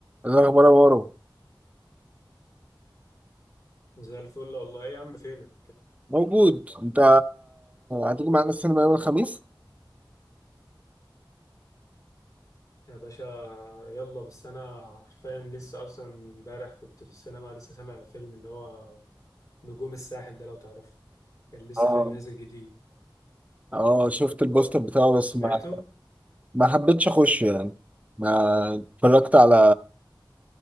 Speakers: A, on the right; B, on the left.
A: إيه الاخبار يا مارو
B: زي الفل والله ايه يا عم فينك
A: موجود انت هتيجي معانا السينما يوم الخميس
B: يا باشا يلا بس انا حرفيا لسه اصلا امبارح كنت في السينما لسه سامع فيلم اللي هو نجوم الساحل ده لو تعرفه كان لسه
A: اه
B: فيلم نازل جديد
A: اه شفت البوستر بتاعه بس
B: سمعته
A: ما ما حبيتش اخش يعني ما اتفرجت على